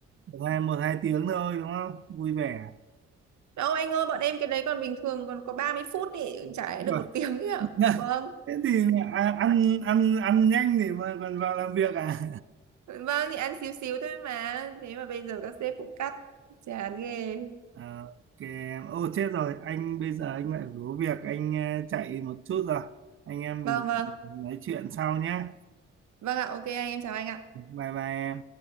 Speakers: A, on the right (about 40°); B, on the right (about 55°).
A: một hai một hai tiếng thôi đúng không vui vẻ
B: Đâu anh ơi, bọn em cái đấy còn bình thường còn có 30 phút thì chả lẽ
A: Thế
B: được
A: còn-
B: một <laughs> tiếng ấy ạ.
A: <laughs>
B: Vâng.
A: thế thì à, ăn ăn ăn nhanh để mà còn vào làm việc à,
B: Vâng thì ăn xíu xíu thôi mà. Thế mà bây giờ các sếp cũng cắt. Chán ghê.
A: <laughs> à ok em ô chết rồi anh bây giờ anh lại phải có việc anh eh, chạy một chút rồi anh em
B: Vâng
A: mình
B: vâng.
A: nói chuyện sau nhé
B: Vâng ạ, ok anh em chào anh ạ.
A: bye bye em